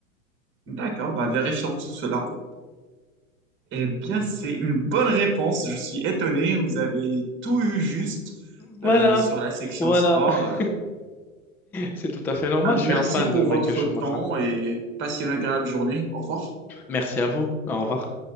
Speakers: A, on the right; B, in the centre.
A: D'accord, bah vérifions tout cela. Eh bien, c'est une bonne réponse. Je suis étonné. Vous avez tout eu juste
B: Voilà,
A: euh, sur la section
B: voilà.
A: sport.
B: <laughs> C'est tout à fait
A: Eh
B: normal,
A: bien, merci
B: je suis un fan
A: pour
B: de Michael
A: votre
B: Schumacher.
A: temps et passez une agréable journée. Au revoir.
B: Merci à vous. Au revoir.